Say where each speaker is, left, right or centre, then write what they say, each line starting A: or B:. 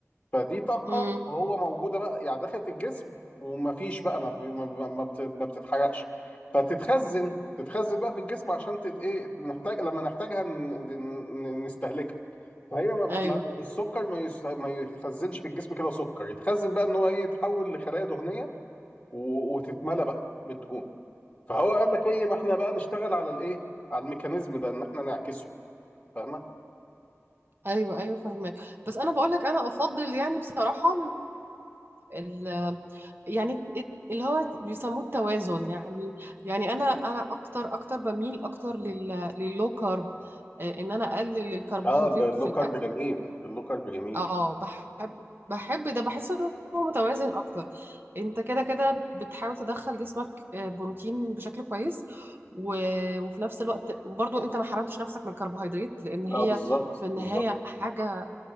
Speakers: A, on the left; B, on the right.
A: فدي طاقة
B: امم
A: وهو موجودة بقى يعني دخلت الجسم ومفيش بقى ما, في ما, ما ما بت- ما بتتحرقش فتتخزن تتخزن بقى في الجسم عشان تت ايه نحتاج لما نحتاجها ن- ن- نستهلكها فهي ما
B: ايوه
A: ما السكر ما يس- ما يتخزنش في الجسم كده سكر يتخزن بقى ان هو ايه يتحول لخلايا دهنية و- وتتملى بقى بالدهون فهو قال لك ايه ما احنا بقى نشتغل على الايه على الميكانيزم ده ان احنا نعكسه فاهمة؟
B: ايوه ايوه فاهمك بس انا بقول لك انا افضل يعني بصراحة ال... يعني ات- اللي هو بيسموه التوازن يعني يعني انا انا اكتر اكتر بميل اكتر لل لللو كارب آه، ان انا اقلل الكربوهيدرات
A: اه اللو
B: في الاكل
A: كارب جميل اللو كارب جميل
B: اه بحب بحب ده بحس ان هو متوازن اكتر انت كده كده بتحاول تدخل جسمك آه، بروتين بشكل كويس و... وفي نفس الوقت برضو انت ما حرمتش نفسك من الكربوهيدرات لان هي
A: اه بالظبط
B: في النهاية
A: بالظبط
B: حاجة